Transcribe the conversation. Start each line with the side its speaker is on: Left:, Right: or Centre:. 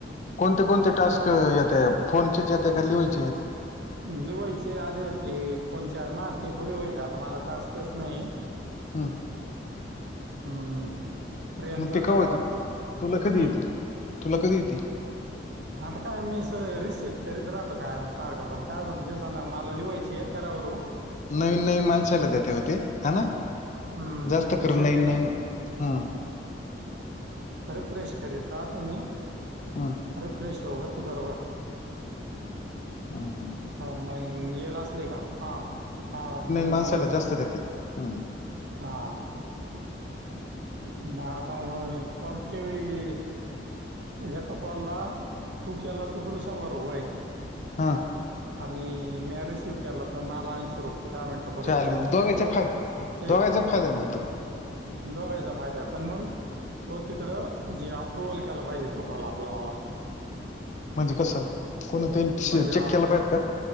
Left: कोणते कोणते टास्क येत्या, फोनचेच येत्या का लिवायचे येत्या?
Right: लिवायचे आले होते, फोनच्या माह ते पुरे होईल आता मला टास्कच नही.
Left: हम्म
Right: हं! प्रियांकाला
Left: मग ते कवा येतील तुला कधी
Right: ऊ!
Left: येतील तुला कधी येती.
Right: आता काय मी स रिसिट करीत राहतो कायमं सारखं पण काय अजून दिसना माला लिवायचे येत्या रावरो.
Left: नवीन नवीन माणसाला देत्यां ओ ते हाय ना!
Right: हम्म
Left: जास्त
Right: रिसेट
Left: करून नवीन
Right: आहे ना
Left: नवीन ह!
Right: रिफ्रेश करीत राहतो मी.
Left: हा!
Right: रिफ्रेश व होती बरबर.
Left: हां हां!
Right: हा म येल असले का, हा हा नवीन
Left: माणसाला
Right: जे पण
Left: जास्त देते हम्म
Right: हा! मं आता व कॉलचे बी एका कॉलला तू केला त तुला शंभर रुपये हे!
Left: हं!
Right: आणि म्या रिसिव्ह केला तर माल ऐंशी रुपये दहा मिनटं पुरे
Left: च्या
Right: झाले
Left: आयला मग
Right: म्हणजे
Left: दोघाचा
Right: तो
Left: फाय
Right: एक
Left: दोघाचा फायदा आहे म्हणल..
Right: दोघायचा फायदा आहे पण मग तो तिकडं जे अप्रुवल केला पाहिजे तो कॉल आप पला
Left: म्हणजे कसं कोण त्यांनी
Right: म्हणजे आपला
Left: चेक केला पाहिजेत का